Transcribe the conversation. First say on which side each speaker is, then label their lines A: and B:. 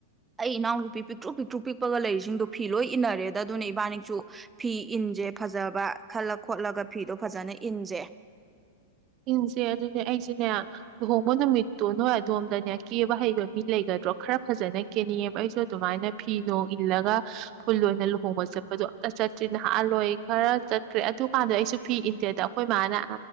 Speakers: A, on the right (about 15°); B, on the right (about 40°).
A: ꯑꯩ ꯏꯅꯥꯎꯅꯨꯄꯤ ꯄꯤꯛꯇ꯭ꯔꯨ ꯄꯤꯛꯇ꯭ꯔꯨ ꯀꯨꯞꯄꯒ ꯂꯩꯔꯤꯁꯤꯡꯗꯣ ꯐꯤ ꯂꯣꯏ ꯏꯟꯅꯔꯦꯗ ꯑꯗꯨꯅ ꯏꯕꯥꯅꯤꯁꯨ ꯐꯤ ꯏꯟꯁꯦ ꯐꯖꯕ ꯈꯜꯂ ꯈꯣꯠꯂꯒ ꯐꯤꯗꯣ ꯐꯖꯅ ꯏꯟꯁꯦ
B: ꯏꯟꯁꯦ ꯑꯗꯨꯅꯦ ꯑꯩꯁꯨꯅꯦ ꯂꯨꯍꯣꯡꯕ ꯅꯨꯃꯤꯠꯇꯣ ꯅꯣꯏ ꯑꯗꯣꯝꯗꯅꯦ ꯀꯦꯕ ꯍꯩꯕ ꯃꯤ ꯂꯩꯒꯗ꯭ꯔꯣ ꯈꯔ ꯐꯖꯅ ꯀꯦꯅꯤꯡꯉꯦꯕ ꯑꯩꯁꯨ ꯑꯗꯨꯃꯥꯏꯅ ꯐꯤ ꯅꯣꯡ ꯏꯜꯂꯒ ꯐꯨꯜ ꯑꯣꯏꯅ ꯂꯨꯍꯣꯡꯕ ꯆꯠꯄꯗꯣ ꯑꯝꯇ ꯆꯠꯇ꯭ꯔꯤ ꯅꯍꯥꯜꯂꯣꯏ ꯈꯔ ꯆꯠꯈ꯭ꯔꯦ ꯑꯗꯨꯀꯥꯟꯗ ꯑꯩꯁꯨ ꯐꯤ ꯏꯟꯗꯦꯗ ꯑꯩꯈꯣꯏ ꯃꯥꯅ